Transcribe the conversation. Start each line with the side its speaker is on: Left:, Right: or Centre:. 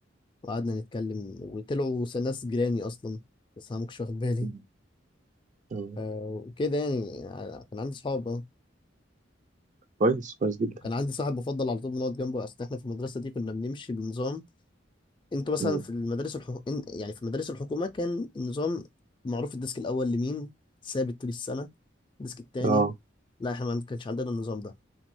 Left: وقعدنا نتكلم وطلعوا س- ناس جيراني اصلا بس انا ما كنتش واخد بالي
Right: مم. آه،
Left: ف- وكده يعني ع- كان عندي صحاب اه
Right: كويس كويس جدا
Left: وكان عندي صاحب بفضل على طول بنقعد جنبه اصل احنا في المدرسه دي كنا بنمشي بنظام انتوا مثلا
Right: مم.
Left: في المدارس الحكو... إن- يعني في مدارس الحكومه كان النظام معروف الديسك الاول لمين ثابت طول السنه الديسك التاني
Right: اه
Left: لا احنا ما كانش عندنا النظام ده